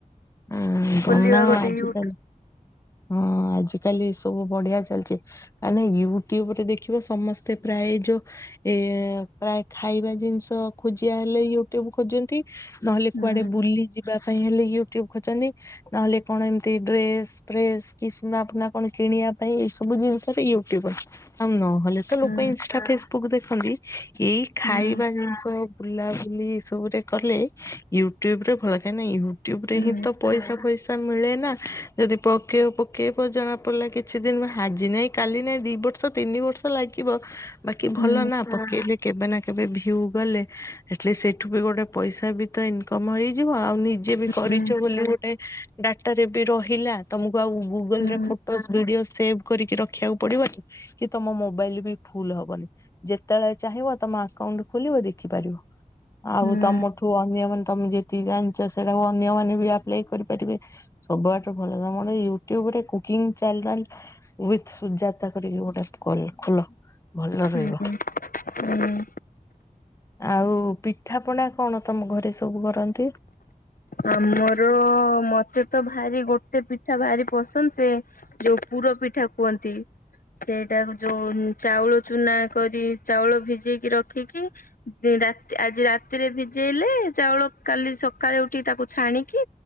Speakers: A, on the left; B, on the left.
A: ଉଁ ବନାଅ
B: ଖୋଲିବା ଗୋଟେ
A: ଆଜିକାଲି
B: ୟୁଟ
A: ହଁ ଆଜ କାଲି ସବୁ ବଢିଆ ଚାଲିଚି। ଆଲୋ ୟୁଟ୍ୟୁବରେ ଦେଖିବ ସମସ୍ତେ ପ୍ରାୟ ଏ ଯୋ ଏ ପ୍ରାୟ ଖାଇବା ଜିନିଷ ଖୋଜିଆ ହେଲେ ୟୁଟ୍ୟୁବ ଖୋଜନ୍ତି। ନହେଲେ
B: ହୁଁ
A: କୁଆଡେ ବୁଲି ଯିବା ପାଇଁ ହେଲେ ୟୁଟ୍ୟୁବ ଖୋଜନ୍ତି। ନହେଲେ କଣ ଏମିତି ଡ୍ରେସ ଫ୍ରେସ କି ସୁନା ଫୁନା କଣ କିଣିଆ ପାଇଁ ଏଇ ସବୁ ଜିନିଷରେ ୟୁଟ୍ୟୁବର। ଆଉ ନହେଲେ ତ ଲୋକ
B: ହୁଁ
A: ଇନଷ୍ଟା ଫେସ ବୁକ ଦେଖନ୍ତି ଏଇ ଖାଇବା
B: ହୁଁ
A: ଜିନିଷ ବୁଲାବୁଲି ଏ ସବୁରେ କଲେ ୟୁଟ୍ୟୁବରେ ଭଲ କାଇଁନା ୟୁଟ୍ୟୁବରେ
B: ହୁଁ
A: ହିଁ ତ ପଇସା ଫଇସା ମିଳେ ନା ଯଦି ପକେଇବ ପକେଇବ ଜଣା ପଡ଼ିଲା କିଛି ଦିନ ହାଜି ନାହିଁ କାଲି ନାଇଁ ଦି ବର୍ଷ ତିନି ବର୍ଷ ଲାଗିବ ବାକି
B: ହୁଁ
A: ଭଲ ନା ପକେଇଲେ କେବେ ନା କେବେ ଭିଉ ଗଲେ ଆଲିଷ୍ଟ ସେଇଠୁ ବି ଗୋଟେ ପଇସା ବି ତ ଇନକମ ହେଇଯିବ। ଆଉ ନି ଜେ ବି କରିଚ
B: ହୁଁ
A: ବୋଲି ଗୋଟେ ଡାଟାରେ ବି ରହିଲା। ତମକୁ ଆଉ ଗୁଗୁଲ
B: ହୁଁ
A: ରେ ଫୋଟୋସ୍ ଭିଡିଓ ସେଭ କରିକି ରଖିଆକୁ ପଡିବନି। କି ତମ ମୋବାଇଲ ବି ଫୁଲ ହବନି। ଯେତେବେଳେ ଚାହିଁବ ତମ ଆକାଉଣ୍ଟ ଖୋଲିବ ଦେଖିପାରିବ। ଆଉ
B: ହୁଁ
A: ତମଠୁ ଅନ୍ୟମାନେ ତମେ ଯେତିକି ଜାଣିଚ ସେଇଟାକୁ ଅନ୍ୟମାନେ ଆପ୍ଲେୟ କରିପାରିବେ ସବୁଆଡୁ ଭଲ କାମ ହେଲା ୟୁଟ୍ୟୁବରେ କୁକିଂ ଚାନେଲ ଉଇଥ ସୁଜାତା କରିକି ଗୋଟେ କଲ ଖୋଲ ଭଲ ରହିବ।
B: ହୁଁ ହୁଁ
A: ଆଉ ପିଠା ପଣା କଣ ତମ ଘରେ ସବୁ କରନ୍ତି?
B: ଆମର ମତେ ତ ଭାରି ଗୋଟେ ପିଠା ଭାରି ପସନ୍ଦ ସେ ଯୋଉ ପୁର ପିଠା କୁହନ୍ତି। ସେଇଟାକୁ ଯୋଉ ଚାଉଳ ଚୁନା କରି ଚାଉଳ ଭିଜେଇକି ରଖିକି ଦି ରାତି ଆଜି ରାତିରେ ଭିଜେଇଲେ ଚାଉଳ କାଲି ସକାଳେ ଉ ତାକୁ ଛାଣିକି